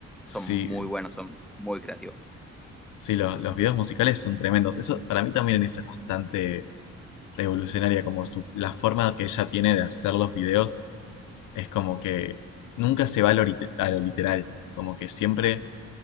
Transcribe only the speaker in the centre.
Son muy buenos, son muy creativos.